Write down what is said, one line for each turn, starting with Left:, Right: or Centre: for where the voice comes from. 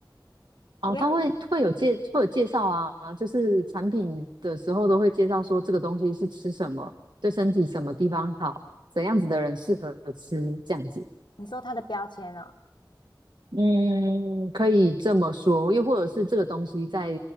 Right: 哦，
Left: 因为你
Right: 他会会有介会有介绍啊，就是产品的时候都会介绍说这个东西是吃什么，对身体什么地方好，怎样子的人适合吃这样子。
Left: 你说它的标签啊，
Right: 嗯，可以这么说，又或者是这个东西在